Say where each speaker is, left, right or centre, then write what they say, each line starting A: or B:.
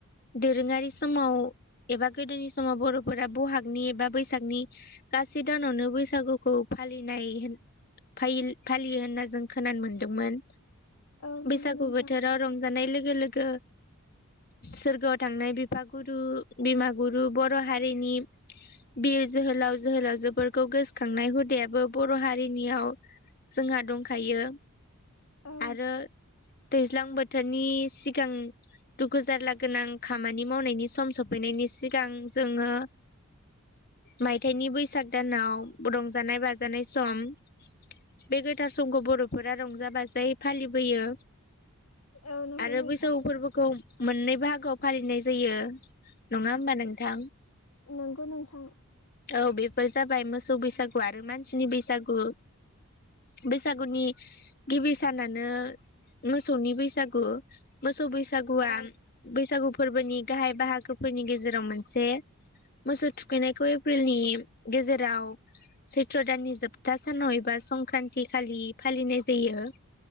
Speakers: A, on the left; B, on the left.
A: दोरोङारि समाव एबा गोदोनि समाव बर'फोरा बहागनि एबा बैसागनि गासै दानावनो बैसागुखौ फालिनाय फालियो होनना जों खोनानो मोनदोंमोन।
B: औ नंगौ
A: बैसागु
B: नोंथां
A: बोथोराव रं नाय लोगो लोगो सोरग थांनाय बिफा गुरु बिमा गुरु बर' हारिनि बिर जोहोलाव जोहोलावजोफोरखौ गोसो खांनाय हुदायाबो बर' हारिनियाव जोंहा दंखायो।
B: औ
A: आरो दैज्लां बोथोरनि सिगां दुखु जारला गोनां खामानि मावनायनि सम सफैनायनि सिगां जोङो मायथायाइनि बैसाग दानाव रंजानाय बाजानाय सम बे गोथार समखौ बर'फोरा रंजा बाजायै फालिबोयो
B: औ नंगौ
A: आरो
B: नोंथां
A: बैसागु फोरबोखौ मोननै बाहागोआव फालिनाय जायो नङा होमबा नोंथां।
B: नंगौ नोंथां।
A: औ बेफोर जाबाय मोसौ बैसागु आरो मानसिनि बैसागु। बैसागुनि गिबि सानानो मोसौनि बैसागु। मोसौ बैसागुआ
B: औ
A: बैसागु फोरबोनि गाहाइ बाहागोफोरनि गेजेराव मोनसे। मोसौ थुखैनायखौ एप्रिलनि गेजेराव सैत्र दाननि जोबथा सानाव एबा संक्रान्ति खालि फालिनाय जायो।